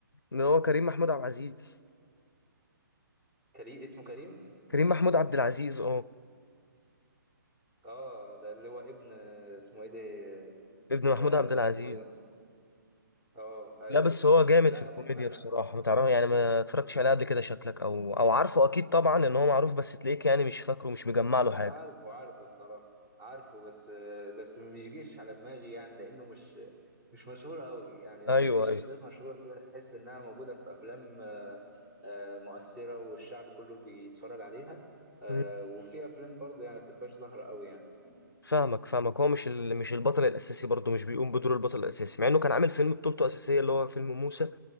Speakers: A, on the left; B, on the right.
A: اللي هو كريم محمود عبد العزيز
B: كريم اسمه كريم
A: كريم محمود عبد العزيز اه
B: اه ده اللي هو ابن آه، اسمه ايه ده آه
A: ابن محمود عبد العزيز
B: آه، اسمه ايه اه ايوه
A: لا بس هو جامد
B: لا
A: في الكوميديا
B: بص انا
A: بصراحة ما تعرف يعني ما اتفرجتش عليه قبل كده شكلك او او عارفه اكيد طبعا ان هو معروف بس تلاقيك يعني مش فاكره مش مجمع له
B: لا
A: حاجة
B: عارفه عارفه الصراحة عارفه بس بس ما بيجيش على دماغي يعني لأنه مش مش مشهور قوي يعني إن
A: ايوه
B: في شخصيات
A: ايوه
B: مشهورة كده تحس إنها موجودة في أفلام آه، آه، مؤثرة والشعب كله بيتفرج عليها آه،
A: مم.
B: وفي أفلام برضه يعني ما بتبقاش ظاهرة قوي يعني
A: فاهمك فاهمك هو مش ال... مش البطل الاساسي برضه مش بيقوم بدور البطل الاساسي مع انه كان عامل فيلم بطولته اساسية اللي هو فيلم موسى